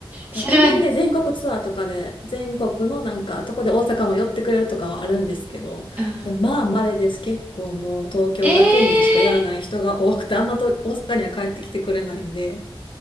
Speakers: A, on the right (about 20°); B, on the left (about 60°).
A: それは、
B: たまにね、全国ツアーとかで、全国のなんか、とこで大阪も寄ってくれるとかはあるんですけど、
A: うん、
B: でもまあ、稀です。結構もう東京だけにでしかやらない人が多くて、
A: ええ
B: あんまと大阪には帰ってきてくれないんで、